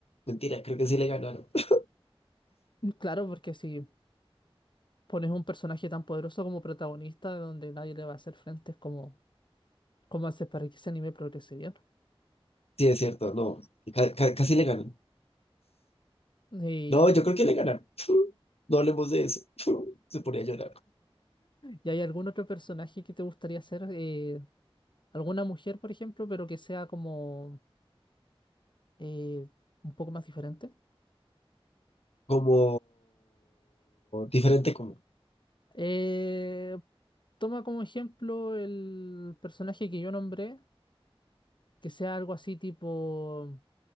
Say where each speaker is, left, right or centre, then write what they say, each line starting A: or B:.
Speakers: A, on the left (about 85°); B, on the left (about 50°).
A: Mentira, creo que sí le ganaron. <laughs>
B: Claro, porque si pones un personaje tan poderoso como protagonista donde nadie le va a hacer frente, es como, ¿cómo haces para que ese anime progrese bien?
A: Sí, es cierto, no. ca- ca- casi le ganan.
B: Y,
A: No, yo creo
B: <laughs>
A: que le ganan. <laughs> No hablemos de eso. <laughs> Se ponía a llorar.
B: ¿y hay algún otro personaje que te gustaría hacer? Eh, ¿alguna mujer, por ejemplo, pero que sea como eh, un poco más diferente?
A: Como diferente como.
B: Eh, toma como ejemplo el personaje que yo nombré, que sea algo así tipo